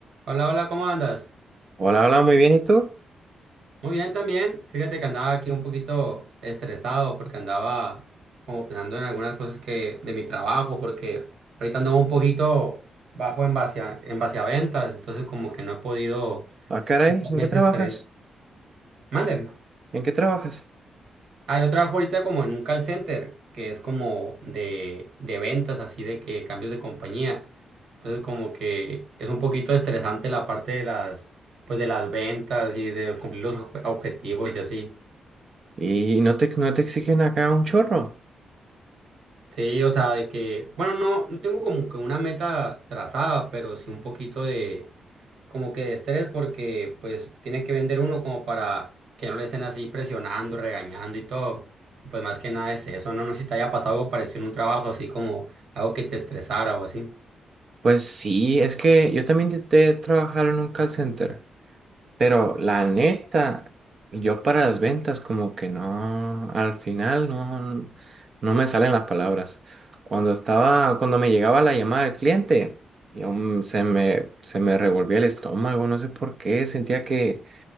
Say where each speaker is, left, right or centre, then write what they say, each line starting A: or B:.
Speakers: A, on the right (about 75°); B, on the right (about 45°).
A: Hola, hola, ¿cómo andas?
B: Hola, hola, muy bien, ¿y tú?
A: Muy bien también. Fíjate que andaba aquí un poquito estresado porque andaba como pensando en algunas cosas que de mi trabajo, porque ahorita andaba un poquito bajo en base a, en base a ventas, entonces como que no he podido
B: Ah, caray,
A: quitarme
B: ¿en qué
A: ese
B: trabajas?
A: estrés. Manden.
B: ¿En qué trabajas?
A: Ah, yo trabajo ahorita como en un call center, que es como de, de ventas, así de que cambios de compañía. Entonces como que es un poquito estresante la parte de las, pues de las ventas y de cumplir los objetivos y así.
B: ¿Y no te, no te exigen acá un chorro?
A: Sí, o sea, de que, bueno, no, no tengo como que una meta trazada, pero sí un poquito de, como que de estrés, porque pues tiene que vender uno como para que no le estén así presionando, regañando y todo. Y pues más que nada es eso, no, no sé si te haya pasado algo parecido en un trabajo, así como algo que te estresara o así.
B: Pues sí, es que yo también intenté trabajar en un call center, pero la neta, yo para las ventas como que no, al final no, no me salen las palabras. Cuando estaba, cuando me llegaba la llamada del cliente, yo, mm, se me, se me revolvía el estómago, no sé por qué, sentía que